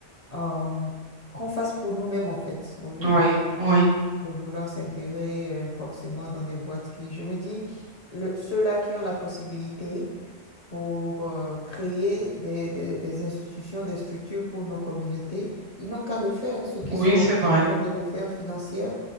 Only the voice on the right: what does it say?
oui,
oui,
oui,
c'est
vrai.